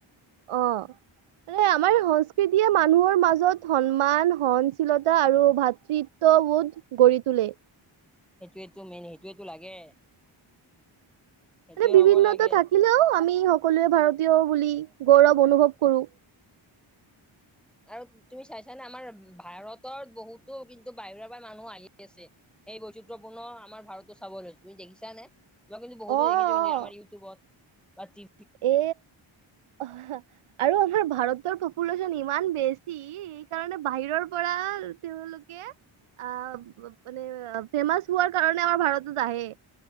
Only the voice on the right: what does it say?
অঁ এ আমাৰ সংস্কৃতিয়ে মানুহৰ মাজত সন্মান সহনশীলতা আৰু ভাতৃৃ ত্ববোধ গঢ়ি তোলে।
এ বিভিন্নতা
থাকিলেও আমি সকলোৱে ভাৰতীয় বুলি গৌৰৱ অনুভৱ কৰো।
অ
অ
এ অহ আৰু আমাৰ ভাৰতৰ পপুলেশ্যন ইমান বেছি সেইকাৰণে বাহিৰৰ পৰা তেওঁলোকে অঁ মানে এ ফেমাচ হোৱাৰ কাৰণে আমাৰ ভাৰতত আহে।